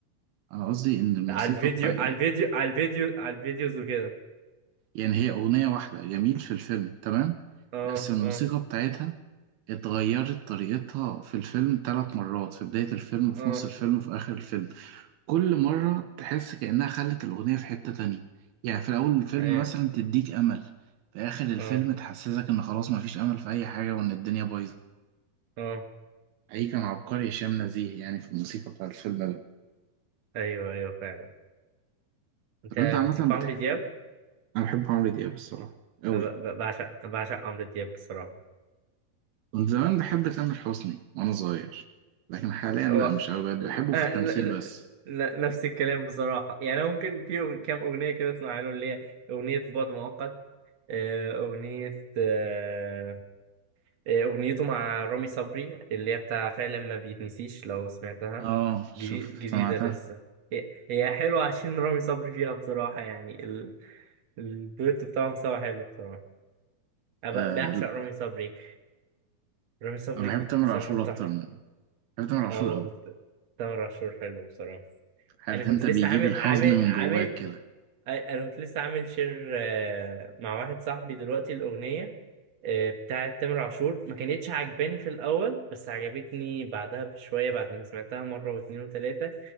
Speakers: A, on the right; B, on the right.
A: أنا قصدي إن الموسيقى
B: على الفيديو
A: بتاع
B: على الفيديو على الفيديو على الفيديوز وكده
A: يعني هي أغنية واحدة جميل في الفيلم تمام
B: اه
A: بس الموسيقى
B: اه
A: بتاعتها اتغيرت طريقتها في الفيلم ثلاث مرات في بداية الفيلم وفي
B: اه
A: نص الفيلم وفي آخر الفيلم كل مرة تحس كأنها خلت الأغنية في حتة تانية يعني في أول الفيلم
B: ايوه
A: مثلا تديك أمل في آخر الفيلم
B: اه
A: تحسسك إن خلاص مفيش أمل في أي حاجة وإن الدنيا بايظة
B: اه
A: حقيقي كان عبقري هشام نزيه يعني في الموسيقى بتاع الفيلم ده
B: ايوه ايوه فعلا انت
A: طب أنت عامة
B: بتحب
A: بتحب
B: عمرو دياب؟
A: انا بحب عمرو دياب الصراحه قوي
B: أنا ب- ب- بعشق بعشق عمرو دياب بصراحة
A: كنت زمان بحب تامر حسني وانا صغير لكن حاليا
B: هو
A: لا مش قوي بقيت بحبه في
B: آه،
A: التمثيل
B: ن-
A: بس
B: ن- ن- نفس الكلام بصراحة يعني أنا ممكن في أغ- كام أغنية كده أسمعها له اللي هي أغنية بعد مؤقت آه، أغنية آه، آه، أغنيته مع رامي صبري اللي هي بتاع فعلا ما بيتنسيش لو سمعتها
A: اه شوف
B: جديد جديدة
A: سمعتها
B: لسه هي هي حلوة عشان رامي صبري فيها بصراحة يعني ال- الدويتو بتاعهم سوا حلو بصراحة أنا
A: آه
B: ب- بعشق رامي صبري رامي صبري
A: انا بحب تامر
B: بصراحة
A: عاشور
B: تحفة
A: اكتر منه بحب تامر عاشور
B: اه
A: قوي
B: تامر عاشور حلو بصراحة
A: عارف
B: انا كنت
A: انت
B: لسه
A: بيجيب
B: عامل
A: الحزن
B: عامل
A: من
B: عامل
A: جواك كده
B: انا كنت لسه عامل شير آه، مع واحد صاحبي دلوقتي الاغنيه آه، بتاعت تامر عاشور ما كانتش عجباني في الاول بس عجبتني بعدها بشويه بعد ما سمعتها مره واتنين وتلاته